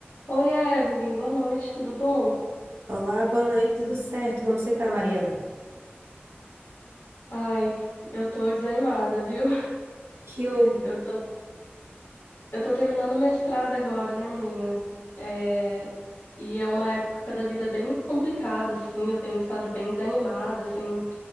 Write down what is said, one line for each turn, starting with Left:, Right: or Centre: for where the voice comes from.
Left: Oi, Evelyn, boa noite, tudo bom?
Right: Olá, boa noite, tudo certo? Como você tá, Mariana?
Left: Ai, eu tô desanimada, viu? <laughs>
Right: Que houve?
Left: Eu tô, eu tô terminando o mestrado agora, né, menina? É, e é uma época da vida bem complicada, assim, eu tenho estado bem desanimada, assim,